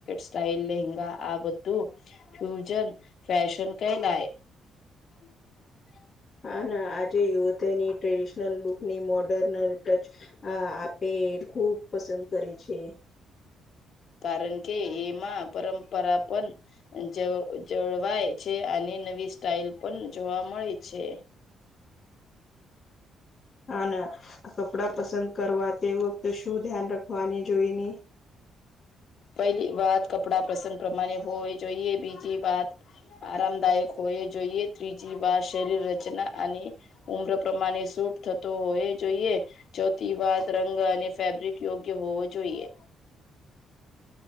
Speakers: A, on the left; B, on the left.
A: Style લંગા આ બધું ફ્યુન ફેશન કહેલાય. <unintelligible>
B: હા ના આજે યુવતીની ટ્રેડિશનલ લુકની મોડર્ન ટચ. આ આપે ખુબ પસંદ કરે છે.
A: કારણ કે એમાં પરંપરા પણ. જ જળવાય છે અને નવી સ્ટઇલ પણ જોવા મળે છે.
B: હા ના કપડાં પસંદ કરવા તે વખતે શું ધ્યાન રાખવાની જોઈ ને.
A: પહેલી વાત કપડા પ્રસંગ પ્રમાણે હોવી જોઈએ બીજી વાત. આરામદાયક હોય જોઈએ ત્રીજી વાર શરીર રચના અને. ઉમ્ર પ્રમાને સૂટ થતો હોય એ જોઈએ. ચોથી વાત રંગ અને ફેબ્રિક યોગ્ય હોવો જોઈએ.